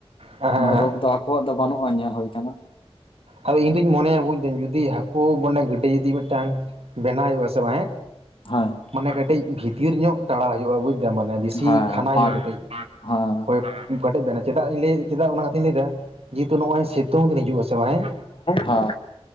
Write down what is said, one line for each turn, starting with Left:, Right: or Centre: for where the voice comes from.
Right: ᱦᱮᱸ
Left: ᱩᱱᱟᱹᱜ ᱨᱳᱜᱽ ᱫᱚ ᱟᱵᱚᱣᱟᱜ ᱫᱚ ᱵᱟᱹᱱᱩᱜᱼᱟ ᱧᱮᱞ ᱦᱩᱭ ᱟᱠᱟᱱᱟ
Right: ᱟᱫᱚ ᱤᱧ ᱫᱩᱧ ᱢᱚᱱᱮ ᱟᱹᱜᱩ ᱮᱱᱟᱹᱧ ᱡᱩᱫᱤ ᱦᱟᱹᱠᱩ ᱢᱮ ᱜᱤᱰᱮ ᱡᱩᱫᱤ ᱢᱤᱫᱴᱟᱝ ᱵᱮᱱᱟᱣ ᱦᱩᱭᱩᱜ ᱟᱥᱮ ᱵᱟᱝ
Left: ᱦᱳᱭ
Right: ᱢᱟᱱᱮ ᱠᱟᱹᱴᱤᱡ ᱵᱷᱤᱛᱤᱨ ᱧᱚᱜ ᱛᱟᱲᱟᱣ ᱦᱩᱭᱩᱜᱼᱟ ᱵᱩᱡ ᱮᱫᱟ ᱢᱟᱱᱮ ᱵᱮᱥᱤ
Left: ᱦᱮᱸ
Right: ᱠᱷᱟᱱᱟ
Left: ᱯᱟᱸᱪ
Right: ᱦᱩᱭᱩᱜᱼᱟ ᱠᱟᱹᱴᱤᱡ
Left: ᱦᱮᱸ
Right: ᱦᱳᱭ ᱠᱮᱴᱮᱡ ᱵᱮᱱᱟ ᱪᱮᱫᱟᱜ ᱤᱧ ᱞᱟᱹᱭ ᱪᱮᱫᱟᱜ ᱚᱱᱟ ᱠᱟᱛᱷᱟᱧ ᱞᱟᱹᱭᱮᱫᱟ ᱾ ᱡᱮ ᱦᱮᱛᱩ ᱱᱚᱜᱼᱚᱭ ᱥᱤᱛᱩᱝ ᱫᱤᱱ ᱦᱤᱡᱩᱜ ᱟᱥᱮ ᱵᱟᱝ
Left: ᱦᱮᱸ